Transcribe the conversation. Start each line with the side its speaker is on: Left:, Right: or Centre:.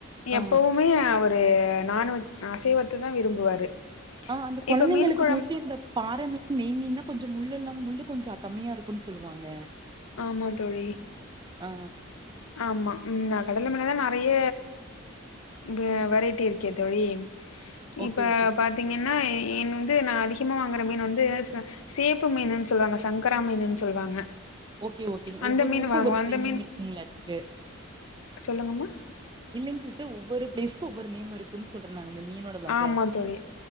Right: ஆ
Left: எப்பவுமே அவரு நான்வெ அசைவத்த தா விரும்புவாரு
Right: ஆ அந்த கொழந்தைங்களுக்கு
Left: இப்ப மீன் குழம்
Right: மோஸ்ட்லி இந்த பார மீ நெய்மீன்னா கொஞ்சம் முள்ளல்லா முள்ளு கொஞ்சம் அ கம்மியா இருக்குனு சொல்லுவாங்க
Left: ஆமா தோழி
Right: ஆ
Left: ஆமா நா கடல மேலதா நெறைய இப்ப வெரைட்டி இருக்கே தோழி
Right: ஓகே
Left: இப்ப
Right: ஓகே
Left: பாத்தீங்கனா மீன் வந்து நா அதிகமா வாங்குற மீன் வந்து ச சேப்பு மீனுன்னு சொல்லுவாங்க சங்கரா மீனுன்னு சொல்லுவாங்க
Right: ஓகே ஓகே
Left: அந்த
Right: ஒவ்வொரு
Left: மீன்
Right: ஊருக்கும்
Left: வாங்குவோம்.
Right: ஒவ்வொரு கிளே
Left: அந்த
Right: நேம் இருக்குங்ளா அதுக்கு
Left: சொல்லுங்கமா
Right: இல்லைங் சிஸ்டர் ஒவ்வொரு பிளேஸ்க்கு ஒவ்வொரு நேம் இருக் புன் சொல்றன் நானு அந்த மீனோட வக
Left: ஆமா தோழி,